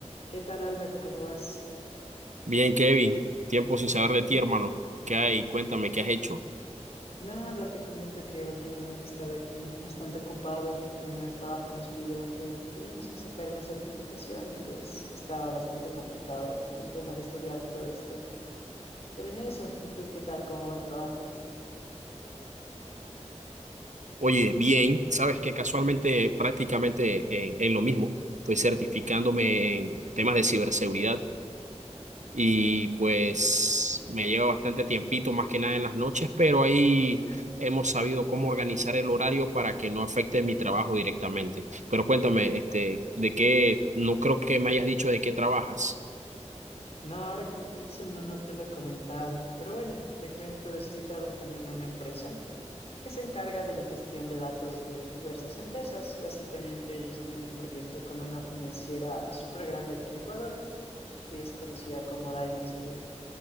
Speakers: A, on the left (about 55°); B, on the right (about 80°).
A: ¿Qué tal, Albert? ¿Cómo vas?
B: Bien, Kevin, tiempo sin saber de ti, hermano. ¿Qué hay? Cuéntame, ¿qué has hecho?
A: Nada, te comento que últimamente he estado aquí bastante ocupado. En el trabajo nos pidieron que teníamos que sacar una certificación y pues estaba bastante complicado el tema de estudiar todo esto. Pero en eso, ¿y tú qué tal? ¿Cómo va el trabajo?
B: Oye, bien, sabes que casualmente prácticamente en, en lo mismo, estoy certificándome en temas de ciberseguridad y pues me lleva bastante tiempito, más que nada en las noches, pero ahí hemos sabido cómo organizar el horario para que no afecte mi trabajo directamente. Pero cuéntame, este, ¿de qué? No creo que me hayas dicho de qué trabajas.
A: No, ahora que lo pienso, no, no te lo he comentado. Pero bueno, te cuento, estoy trabajando en una empresa que se encarga de la gestión de datos de diversas empresas. Básicamente, yo estoy en un proyecto con una financiera súper grande aquí en Ecuador que es conocida como Diners Club.